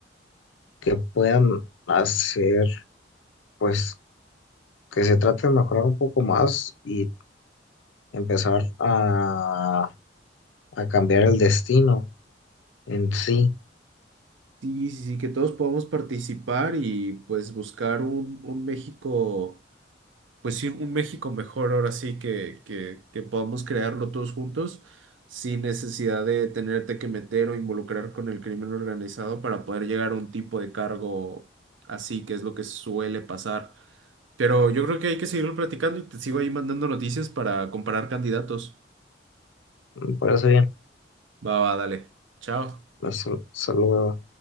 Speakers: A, on the left; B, on the right.
A: que puedan hacer pues que se trate de mejorar un poco más y empezar a, a cambiar el destino en sí.
B: Sí, sí, sí, que todos podamos participar y pues buscar un, un México, pues sí, un México mejor ahora sí que, que, que podamos crearlo todos juntos sin necesidad de tenerte que meter o involucrar con el crimen organizado para poder llegar a un tipo de cargo así, que es lo que suele pasar. Pero yo creo que hay que seguirlo platicando y te sigo ahí mandando noticias para comparar candidatos.
A: Me parece bien.
B: Va, va, dale. Chao.
A: Hasta, hasta luego.